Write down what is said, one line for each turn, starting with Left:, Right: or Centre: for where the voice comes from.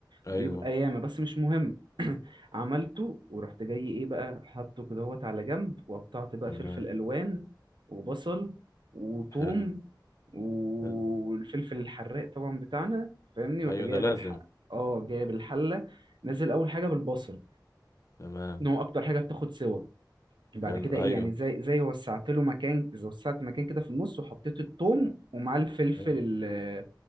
Left: ايوه
Right: بيبقى ياما بس مش مهم <clears throat> عملته ورحت جاي ايه بقى حاطه كده هوت على جنب وقطعت بقى
Left: تمام
Right: فلفل الوان وبصل وثوم
Left: حلو
Right: والفلفل
Left: حلو
Right: الحراق طبعا بتاعنا فاهمني ورحت
Left: ايوه
Right: جايب
Left: ده لازم
Right: الح... اه جايب الحله نزل اول حاجه بالبصل
Left: تمام
Right: ان هو اكتر حاجه بتاخد سوا بعد
Left: حلو
Right: كده
Left: ايوه
Right: ايه يعني زي زي وسعت له مكان زي وسعت مكان كده في النص وحطيت الثوم ومعاه الفلفل
Left: حلو
Right: ال-